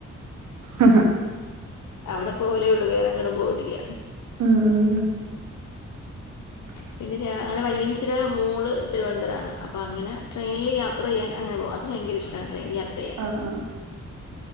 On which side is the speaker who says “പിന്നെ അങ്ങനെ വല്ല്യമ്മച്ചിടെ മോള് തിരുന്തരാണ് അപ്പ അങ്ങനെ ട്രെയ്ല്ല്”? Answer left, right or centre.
Left